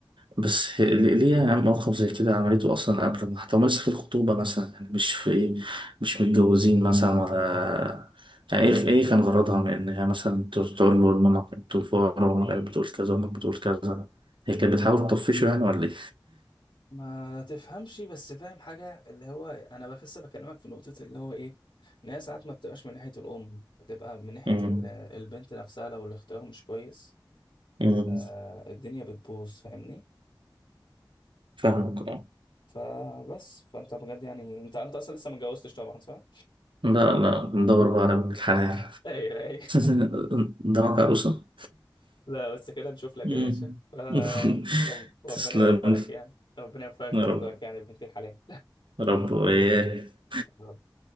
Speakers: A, on the right; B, on the left.
A: بس هي- ليه ليه يا عم موقف زي كده عملته أصلا قبل ما حتى لسه في الخطوبة مثلا يعني مش في إيه مش متجوزين مثلا ولا يعني إيه إيه كان غرضها من إن هي مثلا تقول تقول له إنما أنتوا فقراء وأمك بتقول كذا وأمك بتقول كذا هي كانت بتحاول تطفشه يعني ولا
B: ما تفهمش بس فاهم حاجه اللي هو انا بخس بكلمك في نقطه اللي هو ايه ان هي ساعات ما بتبقاش من ناحيه الام بتبقى من ناحيه
A: إيه؟
B: ال... البنت نفسها لو الاختيار مش كويس
A: مم.
B: آه الدنيا بتبوظ فاهمني
A: فاهمك اه
B: فبس فانت بجد يعني انت انت اصلا لسه ما اتجوزتش طبعا صح؟
A: لا لا ندور
B: <clears throat> <laughs>
A: بقى على بنت الحلال
B: ايوه ايوه
A: <laughs> قدامك عروسة
B: لا بس كده نشوف لك
A: مم.
B: يا باشا ف-
A: <laughs>
B: رب- ربنا
A: تسلم
B: يوفقك
A: لي.
B: يعني ربنا يوفقك
A: يا
B: ويرزقك
A: رب
B: يعني بنتي الحلال
A: يا رب وإياك
B: <laughs>